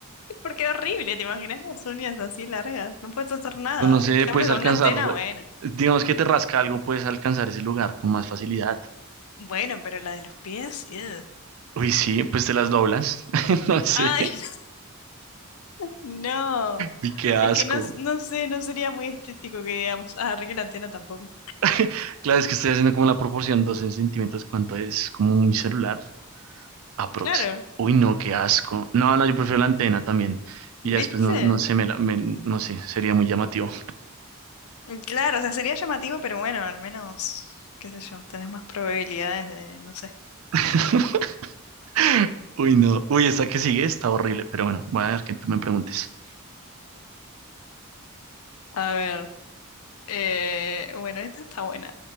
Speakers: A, on the left; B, on the right.
A: Porque horrible, ¿te imaginas las uñas así largas? No puedes hacer nada.
B: pues, no sé,
A: En cambio,
B: puedes alcanzar,
A: con una antena, bueno.
B: digamos que te rasca algo, puedes alcanzar ese lugar con más facilidad.
A: Bueno, pero la de los pies, ugh.
B: Uy, sí, pues te las doblas. <laughs> No sé,
A: Ay, <laughs> no.
B: y qué asco.
A: Es que no, s- no sé, no sería muy estético que digamos, ah, arregle la antena tampoco.
B: <laughs> Claro, es que estoy haciendo como la proporción 12 centímetros, ¿cuánto es? Como mi celular, aprox.
A: Claro,
B: Uy, no, qué asco. No, no, yo prefiero la antena también. Y ya
A: ¿viste?
B: después, no, no sé, me la- me- no sé, sería muy llamativo.
A: Mm, Claro, o sea, sería llamativo, pero bueno, al menos, qué sé yo, tenés más probabilidades de, no sé.
B: <laughs> Uy, no. Uy, esta que sigue está horrible, pero bueno, voy a ver que tú me preguntes.
A: A ver, eh, bueno, esta está buena.